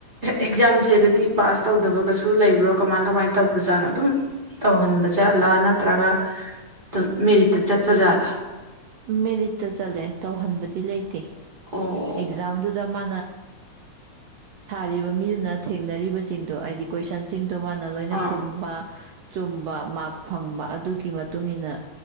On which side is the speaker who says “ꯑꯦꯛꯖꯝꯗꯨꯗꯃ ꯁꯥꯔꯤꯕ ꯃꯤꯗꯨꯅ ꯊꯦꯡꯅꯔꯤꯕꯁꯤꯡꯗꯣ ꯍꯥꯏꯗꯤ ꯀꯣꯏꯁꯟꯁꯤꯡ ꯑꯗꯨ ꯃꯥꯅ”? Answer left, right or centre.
Right